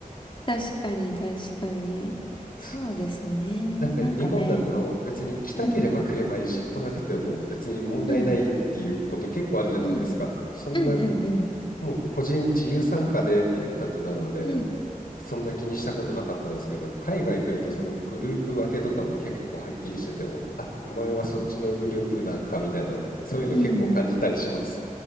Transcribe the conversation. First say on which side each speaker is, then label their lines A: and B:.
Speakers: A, on the left; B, on the left.
A: 確かに確かに。そうですね。
B: そなんか日本だと別に来たければ来ればいいし来なくても別に問題ないっていうこと結構あるじゃないですか。
A: なんかね。うん、うん、うん、
B: そんな
A: うん、うん、うん、
B: もう個人自由参加でっていう感じなので、
A: うん、
B: そんな気にしたことなかったんですけど、海外来るとそのグループ分けとかも結構はっきりしてて、
A: うん、
B: お、あ、お前はそっちのグループなんかみたいな、そういうの結構感じたりします。
A: うん。うん